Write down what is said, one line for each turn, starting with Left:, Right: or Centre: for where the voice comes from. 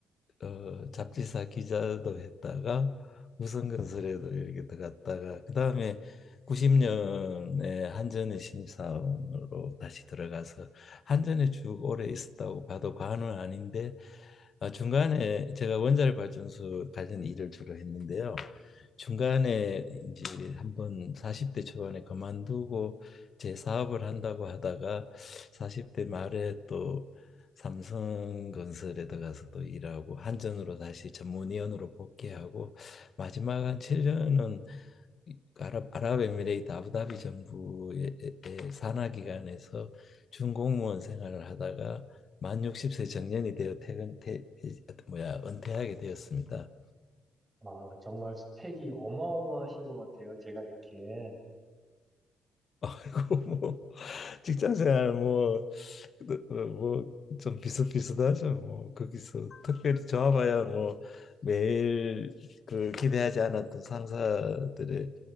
Left: 어, 잡지사 기자도 했다가 우선건설에도 이렇게 들어갔다가 그 다음에 90년에 한전의 신입사원으로 다시 들어가서 한전에 쭉 오래 있었다고 봐도 과언은 아닌데 아, 중간에 제가 원자력 발전소 관련 일을 주로 했는데요. 중간에 이제 한번 40대 초반에 그만두고 제 사업을 한다고 하다가 40대 말에 또 삼성건설에 들어가서도 일하고 한전으로 다시 전문위원으로 복귀하고 마지막 한 7년은 아랍 아랍에미레이트 아부다비 정부의 산하 기관에서 준공무원 생활을 하다가 만 60세 정년이 되어 퇴근 퇴 뭐야 은퇴하게 되었습니다.
Right: 아, 정말 스펙이 어마어마하신 것 같아요. 제가 느끼엔.
Left: <laughs> 그리고 뭐 직장 생활 뭐뭐 좀 비슷비슷하죠. 뭐 거기서 특별히
Right: 네.
Left: 좋아봐야 뭐 매일 그 기대하지 않았던 상사들의